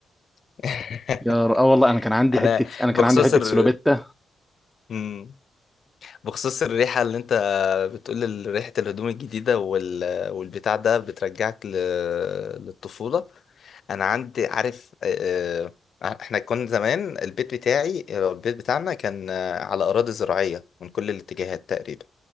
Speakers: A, on the left (about 65°); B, in the centre.
A: <laughs>
B: يا ر... اه والله انا كان عندي
A: انا
B: حتة انا
A: بخصوص
B: كان عندي حتة
A: ال
B: سلوبيتا
A: مم. بخصوص الريحة اللي انت بتقول ال- ريحة الهدوم الجديدة وال... والبتاع ده بترجعك ل... للطفولة انا عندي عارف آه، آه، احنا كنا زمان البيت بتاعي آه، البيت بتاعنا كان آه، على اراضي زراعية من كل الاتجاهات تقريبا